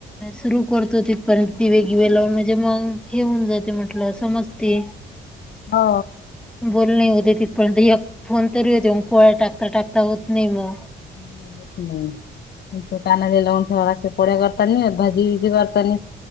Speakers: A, in the centre; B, on the left.
A: सुरु करतो तिथपर्यंत दिवेगिवे लावून म्हणजे मग हे होऊन जाते म्हटलं मग समजते.
B: हो.
A: बोल नाही होते तिथ पर्यंत एक फोन तरी होते मग पोळ्या टाकता, टाकता होत नाही मग.
B: नाही होत नाही. तो कानले लावून ठेवा लागते पोडया करता भाजी गिजी करतानी.